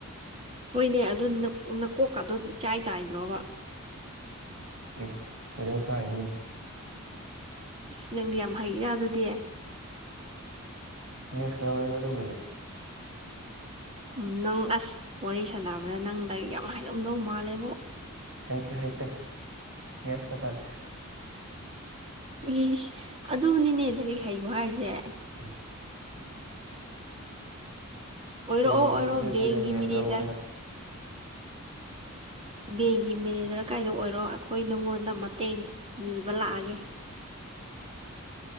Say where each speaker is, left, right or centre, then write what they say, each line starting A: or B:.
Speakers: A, on the right; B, on the right.
A: ꯍꯣꯏꯅꯦ ꯑꯗꯨ ꯅꯀꯣꯛꯀꯥꯗ ꯏꯆꯥꯏ ꯆꯥꯏꯗ꯭ꯔꯣꯕ
B: ꯑꯦ ꯀꯩꯗꯧ ꯆ ꯍꯥꯏꯗꯣꯏꯅꯤꯣ
A: ꯑꯁ ꯅꯪꯗꯤ ꯌꯥꯝ ꯍꯩꯩꯅ ꯑꯗꯨꯗꯤ
B: ꯃꯤꯁꯂ ꯋꯥꯔꯤ ꯆ ꯑꯗꯨꯕꯨꯗꯤ
A: ꯎ ꯅꯪ ꯑꯁ ꯋꯥꯔꯤ ꯁꯥꯟꯅꯕꯗ ꯅꯪ ꯂꯥꯏꯔꯤꯛ ꯌꯥꯝ ꯍꯥꯏꯔꯝꯗꯧ ꯃꯥꯜꯂꯦꯕꯣ
B: ꯑꯥꯏꯇ ꯍꯥꯏꯣꯏꯇ ꯅꯦꯁꯀ ꯇꯅꯦꯦ
A: ꯏꯁ ꯑꯗꯨꯕꯨꯅꯤꯅꯦ ꯂꯥꯏꯔꯤꯛ ꯍꯩꯕ ꯍꯥꯏꯁꯦ
B: ꯎꯝ
A: ꯑꯣꯏꯔꯛꯑꯣ
B: ꯇꯦꯟꯗꯗꯤ
A: ꯑꯣꯏꯔꯣ
B: ꯇꯨꯌꯦꯞꯇꯗꯤ
A: ꯕꯦꯡꯒꯤ
B: ꯃꯦꯠ
A: ꯃꯦꯅꯦꯖꯔ
B: ꯂꯧꯕꯅꯤꯅ
A: ꯕꯦꯡꯒꯤ ꯃꯦꯅꯦꯖꯔ ꯀꯥꯏꯗ ꯑꯣꯏꯔꯣ ꯑꯩꯈꯣꯏ ꯅꯪꯉꯣꯟꯗ ꯃꯇꯦꯡ ꯅꯤꯕ ꯂꯥꯛꯑꯒꯦ